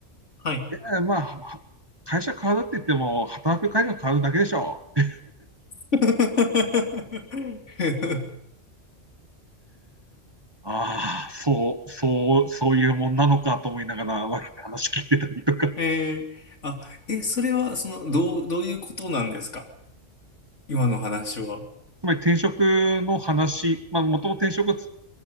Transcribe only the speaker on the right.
えーまあ、は会社変わるって言っても、働く会が変わるだけでしょう。
ああ、そう、そう、そういうもんなのかと思いながら、話聞いてたりとか。
つまり転職の話、まあ、元と転職す、